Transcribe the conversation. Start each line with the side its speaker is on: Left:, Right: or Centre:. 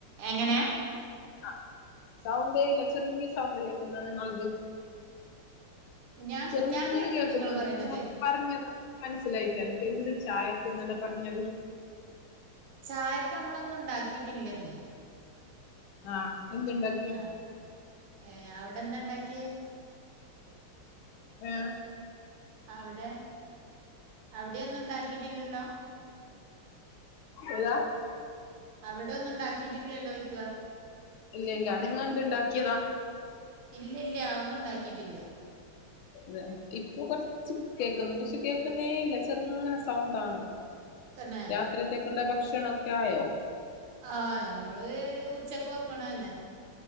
Right: എങ്ങനെ?
Left: ആ സൗണ്ടേ ഇല്ല. ചെറിയ സൗണ്ട് കേക്കുന്നു നിങ്ങള്ത്.
Right: ഞാൻ
Left: ചെറുങ്ങനെ
Right: ഞാൻ കേക്കണ്ട്
Left: കേൾക്കുന്നു
Right: നിങ്ങള് പറയണത്
Left: മുവ പറഞ്ഞത്. പ്പൊ മനസ്സിലായിട്ടേ എന്ത് ചായക് ന്നല്ല പറഞ്ഞത്.
Right: ചായൊക് മ്മളൊന്നും ണ്ടാക്കിട്ടില്ലെന്ന്.
Left: ആഹ എന്തുണ്ട്.
Right: ആ ഏഹ് അവിടെന്താണ്ടാക്കിയേ?
Left: വ്യ
Right: അവിടെ അവിടൊന്നും ണ്ടാക്കിട്ടില്ലല്ലോ?
Left: ഏതാ
Right: അവിടെ ഒന്നുണ്ടാക്കിട്ടില്ലല്ലോയ്ക..
Left: ഇല്ല ഇല്ല നിങ്ങെന്തുണ്ടാക്കിയതാ.?
Right: ഇല്ല്യ ല്ല്ഒന്നുണ്ടാക്കിട്ടില്ല..
Left: അതെ ഇപ്പൊ കൊറച്ച് കേക്കുന്നു പഷെ കേക്കുന്നേയില്ല ചെറുങ്ങനെ സൗണ്ട ആണ്..
Right: തന്നെ
Left: രാത്രിത്തേകു ണ്ട ഭക്ഷണോക്കെ ആയോ..
Right: ആഹ ഞങ്ങള് ഉച്ചക്ക് വെക്കണന്നെ..